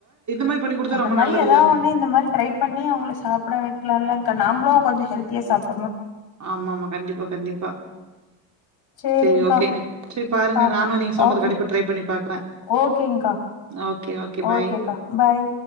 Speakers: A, on the right; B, on the left.
A: மாரி பண்ணி குடுத்தா
B: அந்த
A: ரொம்ப
B: மாரி
A: நல்லது
B: ஏதா
A: இல்ல நம்
B: ஒண்ண இந்த மாரி ட்ரை பண்ணி அவங்கள சாப்ட வைக்கலால நாம்ளு கொஞ்சோ ஹெல்த்யா சாப்
A: ஆமா ஆமா கண்டிப்பா கண்டிப்பா
B: சேரிங்க்கா
A: சரி ஓகே நீ சரி பாருங்க
B: பா
A: நானு நீங்க சொன்னது
B: ஓகே
A: கண்டிப்பா ட்ரை பண்ணி பாக்குறே
B: ஓகேங்க்கா
A: ஓகே ஓகே பாய்
B: ஓகேக்கா பாய்